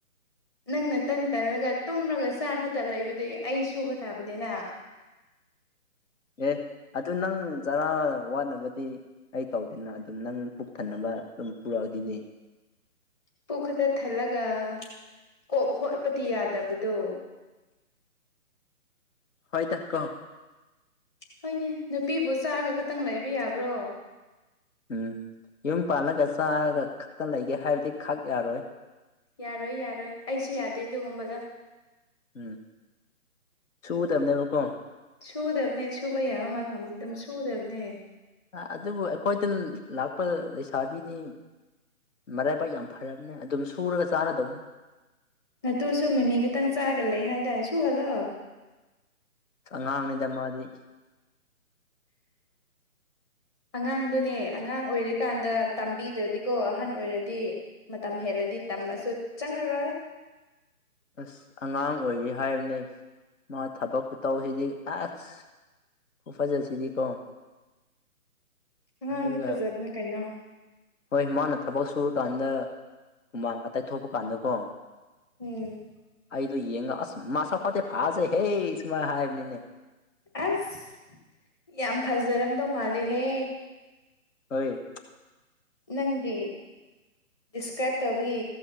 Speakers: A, on the left; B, on the left.
A: ꯅꯪꯅ ꯇꯟ ꯇꯜꯂꯒ ꯇꯨꯝꯔꯒ ꯆꯥ ꯈꯛꯇ ꯂꯩꯕꯗꯤ ꯑꯩ ꯁꯨꯕ ꯇꯥꯕꯅꯤꯅꯥ
B: ꯑꯦ ꯑꯗꯨ ꯅꯪ ꯆꯥꯔꯥ ꯋꯥꯠꯅꯕꯗꯤ ꯑꯩ ꯇꯧꯗꯦꯅꯥ ꯑꯗꯨꯝ ꯅꯪ ꯄꯨꯛ ꯊꯟꯅꯕ ꯑꯗꯨꯝ ꯄꯨꯔꯛꯑ ꯗꯨꯗꯤ
A: ꯄꯨꯛꯈꯠꯇꯥ ꯊꯜꯂꯒ ꯀꯣꯛ ꯍꯣꯠꯄꯗꯤ ꯌꯥꯗꯕꯗꯣ
B: ꯍꯣꯏꯗ ꯀꯣ
A: ꯍꯣꯏꯅꯦ ꯅꯨꯄꯤꯕꯨ ꯆꯥꯔꯒ ꯈꯇꯪ ꯂꯩꯕ ꯌꯥꯕ꯭ꯔꯣ
B: ꯎꯝ ꯌꯨꯝ ꯄꯥꯜꯂꯒ ꯆꯥꯔꯥꯒ ꯈꯛꯇ ꯂꯩꯒꯦ ꯍꯥꯏꯕꯗꯤ ꯈꯛ ꯌꯥꯔꯣꯏ
A: ꯌꯥꯔꯣꯏ ꯌꯥꯔꯣꯏ ꯑꯩꯁꯨ ꯌꯥꯗꯦ ꯑꯗꯨꯒꯨꯝꯕꯗ‌
B: ꯎꯝ ꯁꯨꯒꯗꯕꯅꯦꯕꯀꯣ
A: ꯁꯨꯒꯗꯕꯥꯅꯦ ꯁꯨꯕ ꯌꯥꯕ ꯃꯐꯝ ꯑꯗꯨꯝ ꯁꯨꯒꯗꯕꯥꯅꯦ
B: ꯑꯥ ꯑꯗꯨꯕꯨ ꯑꯩꯈꯣꯏꯗ ꯂ ꯂꯥꯛꯄ ꯂꯩꯁꯥꯕꯤꯖꯤꯡ ꯃꯔꯥꯏꯕꯥꯛ ꯌꯥꯝ ꯐꯔꯝꯅꯦ ꯑꯗꯨꯝ ꯁꯨꯔꯒ ꯆꯥꯔꯥꯗꯧꯅꯤ
A: ꯅꯥꯇꯨ ꯁꯨ ꯃꯤꯃꯤ ꯈꯇꯪ ꯆꯥꯔꯒ ꯂꯩ ꯍꯥꯏꯗꯥꯏ ꯁꯨꯍꯜꯂꯣ
B: ꯑꯉꯥꯡꯅꯤꯗ ꯃꯥꯗꯤ
A: ꯑꯉꯥꯡꯗꯨꯅꯦ ꯑꯉꯥꯡ ꯑꯣꯏꯔꯤꯀꯥꯟꯗ ꯇꯥꯝꯕꯤꯗ꯭ꯔꯗꯤ ꯀꯣ ꯑꯍꯟ ꯑꯣꯏꯔꯗꯤ ꯃꯇꯝ ꯍꯦꯜꯂꯗꯤ ꯇꯝꯃꯁꯨ ꯆꯪꯉꯔꯣꯏ
B: ꯑꯁ ꯑꯉꯥꯡ ꯑꯣꯏꯔꯤ ꯍꯥꯏꯕꯅꯤ ꯃꯥ ꯊꯕꯛ ꯈꯨꯇꯧꯁꯤꯗꯤ ꯑꯥꯖ ꯈꯨꯐꯖꯁꯤꯗꯤ ꯀꯣ
A: ꯑꯉꯥꯡꯗꯤ
B: ꯑꯗꯨꯒ
A: ꯐꯖꯕꯅꯦ ꯀꯩꯅꯣ
B: ꯍꯣꯏ ꯃꯥꯅ ꯊꯕꯛ ꯁꯨꯔꯀꯥꯟꯗ ꯍꯨꯃꯥꯡ ꯈꯇ ꯊꯣꯛꯄ ꯀꯥꯟꯗꯀꯣ
A: ꯎꯝ
B: ꯄꯤꯗ‌ꯣ ꯌꯦꯡꯒ ꯑꯁ ꯃꯥꯁꯛ ꯐꯗꯤ ꯐꯥꯖꯩꯍꯦ ꯁꯨꯃꯥꯏ ꯍꯥꯏꯕꯅꯤꯅꯦ
A: ꯑꯁ ꯌꯥꯝ ꯐꯖꯔꯝꯗꯧ ꯃꯥꯜꯂꯦꯍꯦ
B: ꯍꯣꯏ
A: ꯅꯪꯒꯤ ꯗꯤꯁꯀ꯭ꯔꯥꯏꯞ ꯇꯧꯕꯒꯤ